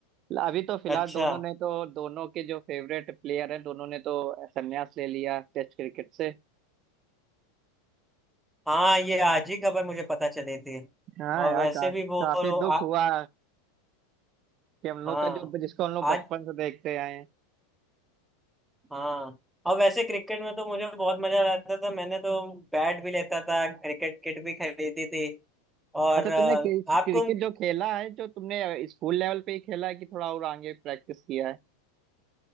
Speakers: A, on the right (about 40°); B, in the centre.
A: अभी तो फिलहाल
B: अच्छा
A: दोनों ने तो दोनों के जो फेवरेट प्लेयर हैं दोनों ने तो संन्यास ले लिया टेस्ट क्रिकेट से
B: हाँ ये आज ही खबर मुझे पता चली थी
A: हाँ
B: और
A: यार
B: वैसे
A: का,
B: भी वो
A: काफी दुख
B: आ,
A: हुआ कि हम
B: हाँ
A: लोग का जो जिसको हम लोग
B: आज
A: बचपन से देखते आए हैं
B: हाँ और वैसे क्रिकेट में तो मुझे बहुत मजा आता था मैंने तो बैट भी लेता था क्रिकेट किट भी खरीदी थी और
A: अच्छा
B: अ,
A: तुमने क्रिकेट
B: आपको
A: जो खेला है जो तुमने स्कूल लेवल पे ही खेला है कि थोड़ा और आगे प्रैक्टिस किया है